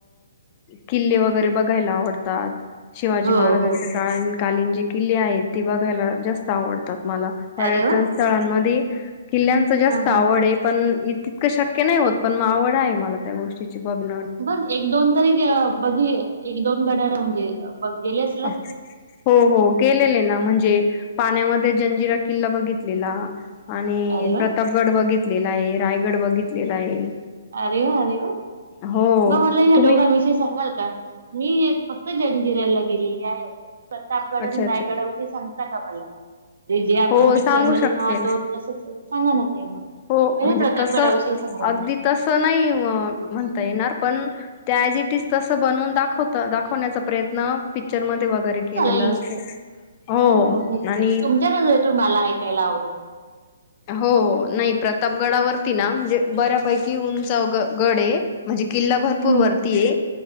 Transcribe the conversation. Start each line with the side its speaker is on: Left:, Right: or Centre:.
Left: किल्ले वगैरे बघायला आवडतात. शिवाजी
Right: हो
Left: महाराजांचे
Right: हो हो
Left: का कालीन जे किल्ले आहेत ते बघायला जास्त आवडतात मला पर्यटन
Right: अरे वा.
Left: स्थळांमध्ये
Right: अरे वा.
Left: किल्ल्यांच जास्त
Right: हा
Left: आवड
Right: हा हा
Left: ये पण तितकं शक्य नाही होत पण म आवड आहे मला त्या गोष्टीची बघन
Right: पण एक दोन तरी बघी एक दोन गड्या म्हणजे ब गेले अस
Left: अच्छा. हो हो गेलेले ना म्हणजे पाण्यामध्ये जंजिरा किल्ला बघितलेला. आणि
Right: अरे वा
Left: प्रतापगड बघितलेला आहे रायगड बघितलेला आहे.
Right: अरे वा अरे वा
Left: हो
Right: मग म्हटलंईला
Left: तुम्ही
Right: दोघां विषय सांगाल का. मी फक्त जंजिरेला गेलेली आहे अस प्रतापगड
Left: अच्छा
Right: आणि
Left: अच्छा
Right: रायगडा विष सांगता का मला जे आपण
Left: हो
Right: पिक्चर
Left: सांगू
Right: म
Left: शकते
Right: पाहतो
Left: ना
Right: तसच सांगा ना ते ना
Left: हो
Right: पहिले
Left: म्हणजे
Right: प्रतापगडावष
Left: तसं
Right: सांगा
Left: अगदी
Right: ना.
Left: तसं नाही म्हणता येणार पण त त्या ज इट इज तसं बनवून दाखवत दाखवण्याचा प्रयत्न पिक्चर म वगैरे
Right: हो
Left: केलेलं
Right: चालेल
Left: असत
Right: ना.
Left: हो
Right: मी सांगते.
Left: आणि
Right: तुमच्या नजरेतून मला ऐकायला आवडेल.
Left: हो नाही प्रतापगडावरती ना म्हणजे बऱ्यापैकी उंचा गड आहे. म्हणजे किल्ला भरपूर
Right: हम्म
Left: वरतीय
Right: हम्म हम्म